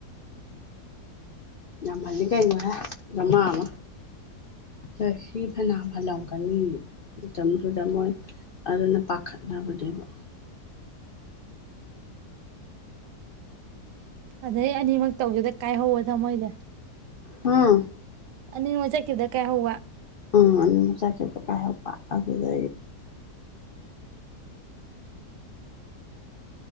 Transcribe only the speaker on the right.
ꯑꯗꯩ ꯑꯅꯤꯃꯛ ꯇꯧꯒꯦꯗ ꯀꯥꯏꯍꯋ ꯊꯃꯣꯏꯅꯦ
ꯅꯤ ꯃꯖꯥ ꯀꯗ ꯀꯥꯏ ꯍꯧꯋꯥ